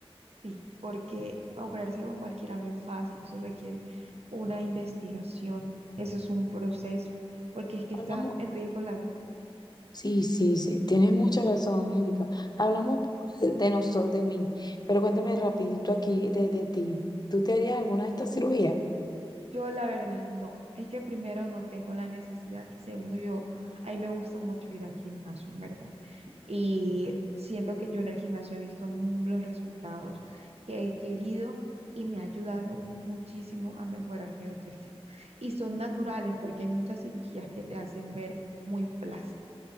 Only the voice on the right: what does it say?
sí, porque operarse con cualquiera no es fácil, eso requiere una investigación, eso es un proceso, porque es que
está en riesgo la vida.
Yo la verdad no, es que primero no tengo la necesidad y segundo yo, a mí me gusta mucho ir al gimnasio, en verdad. Y siento que yo en el gimnasio he visto mu- los resultados que he querido y me ha ayudado muchísimo a mejorar mi autoestima. Y son naturales porque
hay muchas cirugías que te hacen ver muy plástica,